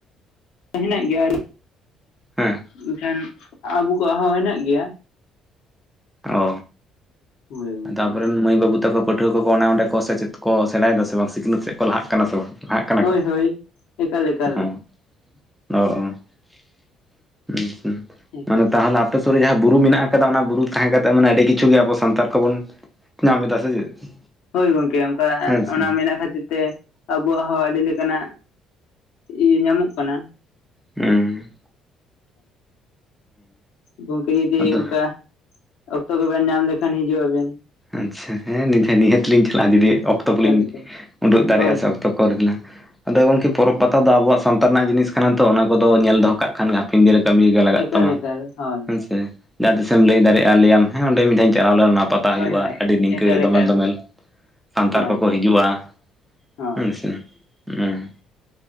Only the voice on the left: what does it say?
ᱦᱮᱱᱟᱜ ᱜᱮᱭᱟ᱾
ᱮᱱᱠᱷᱟᱱ ᱟᱵᱚ ᱠᱚᱣᱟᱜ ᱦᱚᱸ ᱦᱮᱱᱟᱜ ᱜᱮᱭᱟ᱾
ᱦᱳᱭ ᱜᱚᱝᱠᱮ
ᱦᱳᱭ
ᱦᱳᱭ, ᱮᱠᱟᱞ ᱮᱠᱟᱞ,
ᱮᱠᱟᱞ
ᱦᱳᱭ ᱜᱚᱝᱠᱮ ᱚᱱᱠᱟ
ᱚᱱᱟ ᱢᱮᱱᱟᱜ ᱠᱷᱟᱹᱛᱤᱨ ᱛᱮ ᱟᱵᱚᱣᱟᱜ ᱦᱚᱸ ᱟᱹᱰᱤ ᱞᱮᱠᱟᱱᱟᱜ, ᱤᱭᱟᱹ ᱧᱟᱢᱚᱜ ᱠᱟᱱᱟ᱾
ᱜᱚᱝᱠᱮ ᱡᱩᱫᱤ
ᱚᱝᱠᱟ, ᱚᱠᱛᱚ ᱠᱚᱵᱮᱱ ᱧᱟᱢ ᱞᱮᱠᱷᱟᱱ ᱦᱤᱡᱩᱜ ᱟᱵᱤᱱ?
ᱮᱠᱟᱞ
ᱮᱠᱟᱞ
ᱦᱳᱭ
ᱦᱳᱭ
ᱮᱠᱟᱞ
ᱮᱠᱟᱞ ᱦᱳᱭ
ᱦᱳᱭ
ᱦᱳᱭ
ᱮᱠᱟᱞ
ᱮᱠᱟᱞ
ᱦᱳᱭ
ᱦᱳᱭ